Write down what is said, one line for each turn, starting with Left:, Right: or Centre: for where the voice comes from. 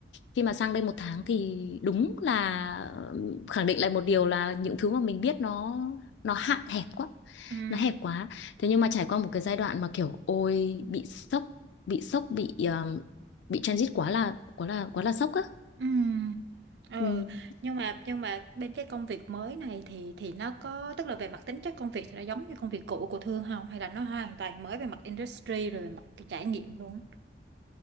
Left: khi mà sang đây một tháng thì đúng là ừ, khẳng định lại một điều là những thứ mà mình biết nó nó hạn hẹp quá
Right: ừm.
Left: nó hẹp quá thế nhưng mà trải qua một cái giai đoạn mà kiểu ôi bị sốc bị sốc bị ờ, bị transit quá là quá là quá là sốc á
Right: Ừ. Ừ,
Left: ừ.
Right: nhưng mà nhưng mà bên cái công việc mới này thì thì nó có tức là về mặt tính chất công việc thì nó giống như công việc cũ của Thương không hay là nó hoàn toàn mới về mặt industry rồi về mặt cái trải nghiệm luôn?